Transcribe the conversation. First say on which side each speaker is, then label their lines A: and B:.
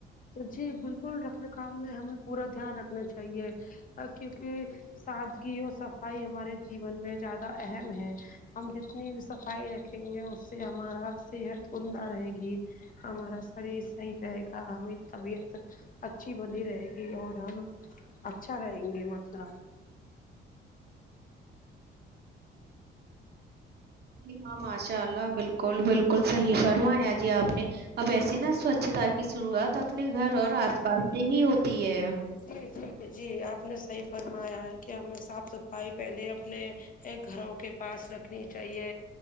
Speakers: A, on the left; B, on the right.
A: جی بالکل رکھ رکھم میں ہمیں پورا دھیان رکھنا چاہیے کیونکہ سادگی اور صفائی ہمارے جیون میں زیادہ اہم ہے ہم جتنی بھی صفائی رکھیں گے اس سے ہمارا صحت عمدہ رہے گی ہمارا شریر صحیح رہے گا ہمیں طبیعت اچھی بنی رہے گی اور ہم اچھا رہیں گے مطلب
B: جی ہاں ماشاء اللہ بالکل بالکل صحی فرماانیا جی آپ نے اب ایسے نا سوچھتا کی شروعات اپنے گھر اور آس پاس سے ہی ہوتی ہے
A: جی جی جی آپ نے صحیح فرمایا ہے کہ ہمیں صاف صفائی پہلے اپنے گھروں کے پاس رکھنی چاہیے